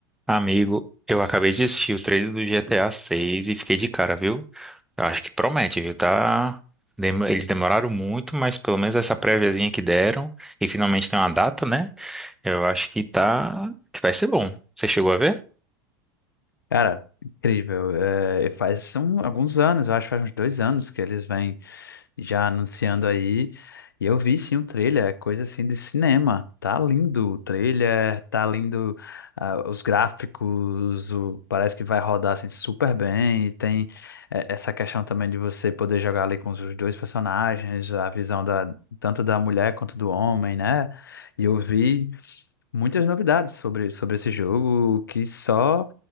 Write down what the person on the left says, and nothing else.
Cara, incrível. É, e faz um- alguns anos, eu acho que faz uns dois anos que eles vêm já anunciando aí. E eu vi sim o trailer, é coisa assim de cinema. Tá lindo o trailer, tá lindo ah, os gráficos, o- parece que vai rodar assim super bem. E tem eh, essa questão também de você poder jogar ali com os dois personagens, a visão da, tanto da mulher quanto do homem, né? E eu vi muitas novidades sobre, sobre esse jogo que só